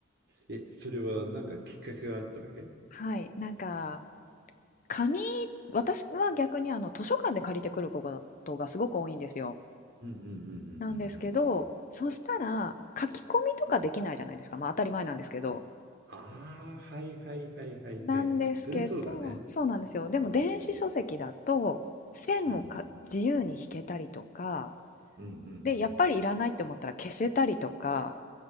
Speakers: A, on the right; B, on the left.
A: え、それはなんかきっかけがあったわけ
B: はい。なんか、紙、私は逆にあの図書館で借りてくることがすごく多いんですよ。
A: うんうんうんうんうんうん。
B: なんですけど、そしたら書き込みとかできないじゃないですか。まあ当たり前なんですけど。
A: ああ、はいはいはいはいはい。
B: なんですけど、
A: そりゃそうだね。
B: そうなんですよ。でも電子書籍だと線をか自由に引けたりとか、
A: うん。うん。うんう
B: で、やっぱりいらないって思ったら消せたりとか、
A: ん